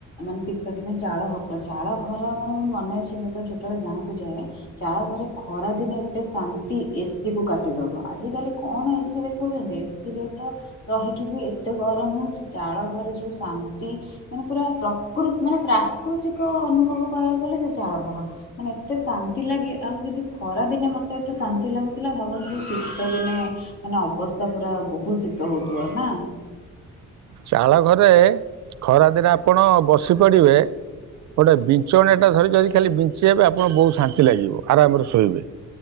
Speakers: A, on the left; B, on the right.
A: ମାନେ ଶୀତ ଦିନ ଚାଳ ଘର ଚାଳ ଘର ମାନେ ମୋର ମନେ ଅଛି ମୁଁ ଯେତେବେଳେ ଛୋଟବେଳେ ଗାଁ କୁ ଯାଏ ଚାଳ ଘରେ ଖରା ଦିନେ ଏତେ ଶାନ୍ତି ଏସିି କୁ କାଟିଦବ ଆଜିିକାଲି କଣ ଏସିି ଦେଖଉଛନ୍ତି ଏସିରେ ତ ରହିକି ବି ଏତେ ଗରମ ହଉଛି ଚାଳ ଘରେ ଯୋଉ ଶାନ୍ତି ମାନେ ପୁରା ପ୍ରକୃ ମାନେ ପ୍ରାକୃତିକ ଅନୁଭବ କହିବାକୁ ଗଲେ ସେ ଚାଳ ଘର ମାନେ ଏତେ ଶାନ୍ତି ଲାଗେ ଆଉ ଯଦି ଖରା ଦିନେ ମତେ ଏତେ ଶାନ୍ତି ଲାଗୁଥିଲା ଭାବନ୍ତୁ ଶୀତ ଦିନେ ମାନେ ଅବସ୍ଥା ପୁରା ବହୁତ ଶୀତ ହଉଥିବ ନା
B: ଚାଳ ଘରେ ଖରାଦିନେ ଆପଣ ବସି ପଡିବେ ଗୋଟେ ବିଞ୍ଚଣ ଟା ଧରି ଯଦି ଖାଲି ବିଞ୍ଚି ଯବେ ଆପଣ ବହୁତ ଶାନ୍ତି ଲାଗିବ ଆରାମରେ ଶୋଇବେ